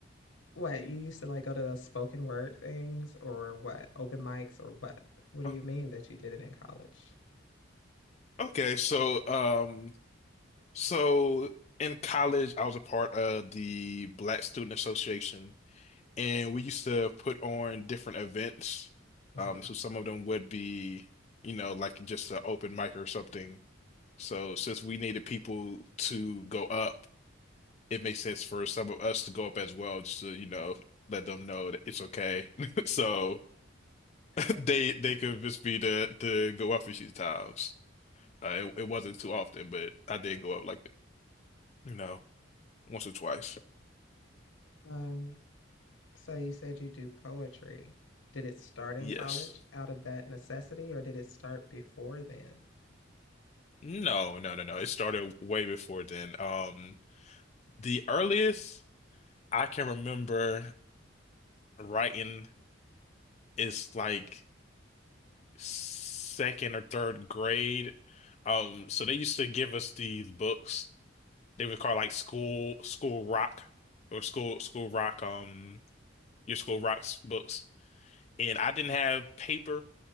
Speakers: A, on the left (about 85°); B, on the left (about 35°).
A: what? You used to like go to those spoken word things or what? Open mics or what? What do
B: Um,
A: you mean that you did it in college?
B: okay, so um so in college I was a part of the Black Student Association. and we used to put on different events.
A: hmm
B: Um, so some of them would be, you know, like just an open mic or something. So since we needed people to go up, it makes sense for some of us to go up as well, just to, you know, let them know that it's okay. <laughs> So
A: Yeah.
B: they they convinced me to to go up a few times. Uh, it, it wasn't too often, but I did go up like, you know, once or twice.
A: Um, so you said you do poetry. Did it start in
B: Yes.
A: college out of that necessity or did it start before then?
B: No, no, no, no. It started way before then. Um, the earliest I can remember writing is like second or third grade. Um, so they used to give us these books. They would call like school school rock or school school rock um your school rocks books. And I didn't have paper,